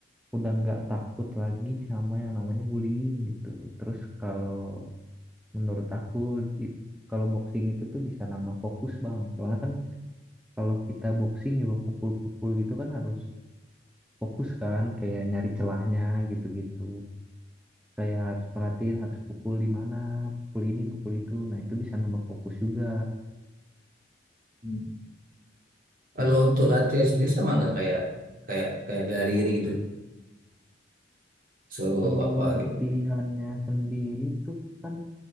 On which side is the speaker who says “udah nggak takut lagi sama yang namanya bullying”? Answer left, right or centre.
Centre